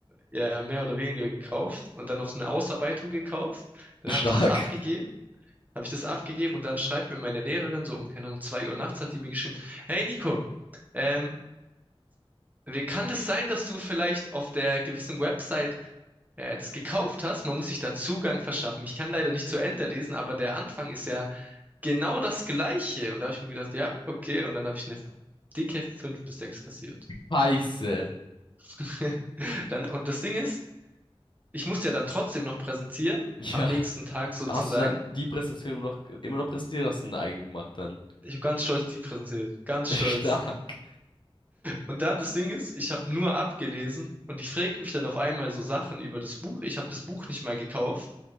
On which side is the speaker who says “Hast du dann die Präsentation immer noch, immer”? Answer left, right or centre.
Left